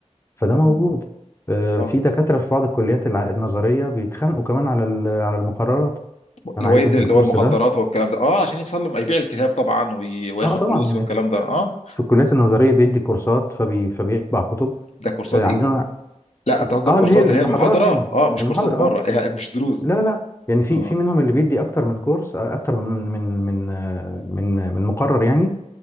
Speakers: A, on the left; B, on the left.
A: فده موجود
B: مم.
A: آه،
B: اه
A: في دكاترة في بعض الكليات الع- النظرية بيتخانقوا كمان على ال- على المقررات
B: اللي
A: أنا
B: هو
A: عايز
B: يدي
A: أدي
B: اللي
A: الكورس
B: هو المخدرات
A: ده
B: والكلام ده اه عشان يتسلم يبيع الكتاب طبعا وي- وياخد
A: أه طبعا
B: فلوس
A: يعني
B: والكلام ده اه
A: في الكليات النظرية بيدي كورسات فبي فبيطبع كتب
B: ده كورسات
A: آه،
B: ايه
A: عندنا
B: لا انت قصدك
A: اه
B: كورسات
A: اللي هي المحاضرات
B: اللي هي المحاضرة
A: يعني
B: اه مش
A: المحاضرة
B: كورسات بره
A: اه
B: <laughs> يعني مش دروس
A: لا لا لا يعني في
B: اه آه،
A: في منهم اللي بيدي اكتر من كورس آه، اكتر من من من آه، من من مقرر يعني